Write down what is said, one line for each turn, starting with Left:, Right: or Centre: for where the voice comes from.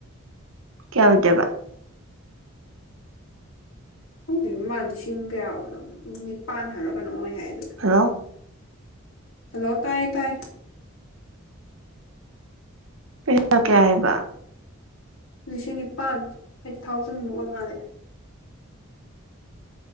Right: ꯀꯌꯥꯎꯗꯕ
Left: ꯈꯣꯡꯒꯤ ꯃꯃꯜ ꯂꯤꯁꯤꯡ ꯀꯌꯥꯕꯅꯣ ꯅꯤꯄꯥꯟ ꯍꯥꯏꯔꯣ ꯀꯩꯅꯣ ꯑꯣꯏ ꯍꯥꯏꯅ
Right: ꯍꯦꯜꯂꯣ
Left: ꯍꯂꯣ ꯇꯥꯏ ꯇꯥꯏ
Right: ꯐꯦꯗ ꯀꯌꯥ ꯍꯥꯏꯕ
Left: ꯂꯤꯁꯤꯡ ꯅꯤꯄꯥꯜ ꯑꯩꯠ ꯊꯥꯎꯖꯟꯃꯨꯛ ꯑꯣꯏ ꯃꯥꯜꯂꯦ